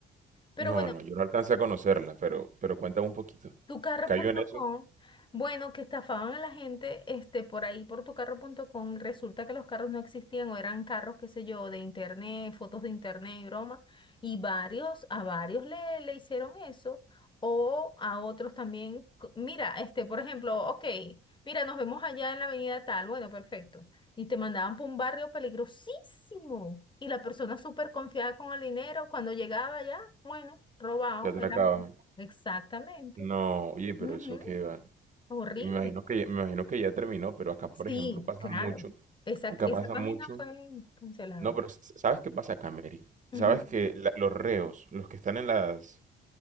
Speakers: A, on the left; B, on the right.
A: Pero
B: No,
A: bueno,
B: no, yo no alcancé a conocerla, pero, pero cuéntame un poquito.
A: Tucarro.com,
B: ¿Cayó en eso?
A: bueno, que estafaban a la gente este, por ahí por tucarro.com y resulta que los carros no existían o eran carros, qué sé yo, de internet, fotos de internet y broma. Y varios, a varios le, le hicieron eso o a otros también. c- Mira, este, por ejemplo, ok, mira, nos vemos allá en la avenida tal, bueno, perfecto. Y te mandaban por un barrio peligrosísimo y la persona súper confiada con el dinero, cuando llegaba allá, bueno, robado,
B: ¿Te atracaban?
A: era... Exactamente.
B: No, oye, pero
A: Ujú,
B: eso qué va.
A: Horrible.
B: Y me imagino que, ya- me imagino que ya terminó, pero acá, por
A: Sí,
B: ejemplo, pasa
A: claro.
B: mucho.
A: Esa,
B: Acá
A: esa
B: pasa
A: página
B: mucho.
A: fue cancelada.
B: No, pero s- ¿sabes qué pasa acá, Mary?
A: Ujú,
B: ¿Sabes que la- los reos, los que están en las